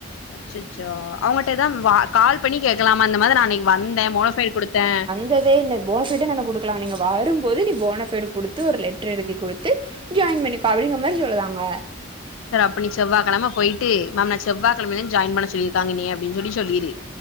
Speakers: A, on the left; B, on the right.
A: அச்சச்சோ அவங்கட்ட எதா கால் பண்ணி கேட்கலாமா அந்த மாரி நா அன்னைக்கு வந்தே போனஃபைட் கொடுத்தே
B: வர்ரதே இல்ல போனஃபைடே நா இன்னு கொடுக்கலா நீங்க வரும்போது நீ போனஃபைட கொடுத்து ஒரு லெட்ரு எழுதி கொடுத்து ஜாயின் பண்ணிக்கோ அப்டிங்கிற மாரி சொல்லுதாங்க
A: சர் அப்ப நீ செவ்வா கழம போய்ட்டு மேம் நா செவ்வாகிழமைல ஜாயின் பண்ண சொல்லிருக்காங்க எனிய அப்டின்னு சொல்லி சொல்லிரு